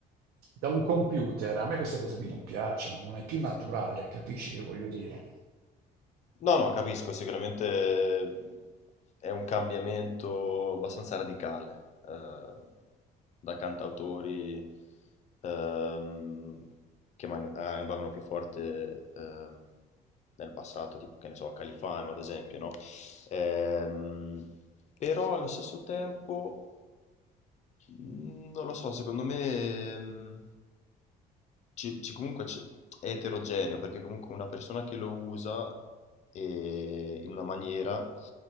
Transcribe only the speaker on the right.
da un computer, a me queste cose qui non piacciono, non è più naturale, capisci che voglio dire?